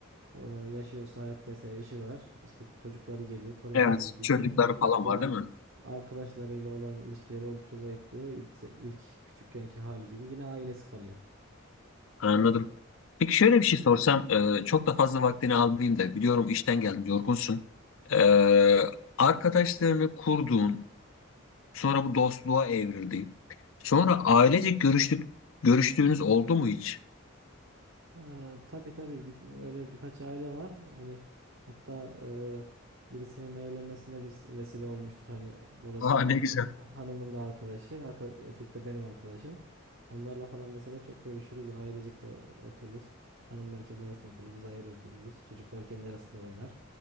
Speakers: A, on the right; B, on the left.
A: O yaşıyorsa hayattaysa eşi var. İşte çocukları geliyor, torunları
B: Evet,
A: gidiyor.
B: çocukları falan
A: Yani
B: var değil mi?
A: Arkadaşlarıyla olan ilişkileri oldukça zayıflıyor. İlk, ilk küçükkenki hali gibi yine ailesi kalıyor.
B: Anladım. Peki şöyle bir şey sorsam, e, çok da fazla vaktini almayayım da biliyorum işten geldin, yorgunsun. E, arkadaşlarını kurduğun, sonra bu dostluğa evrildi. Sonra ailecek görüştük, görüştüğünüz oldu mu hiç?
A: Ee, tabii tabii bir- öyle birkaç aile var. Hani hatta e, birisinin evlenmesinde biz vesile olmuştuk. Hani dolayısıyla
B: Aa ne
A: han-
B: güzel.
A: hanımın da arkadaşı, arka, erkek de benim arkadaşım. Onlarla falan mesela çok görüşürüz. Ailecek de otururuz. Hanımlar kendi arasında oturur, biz ayrı otururuz. Çocuklar kendi arasında oynar.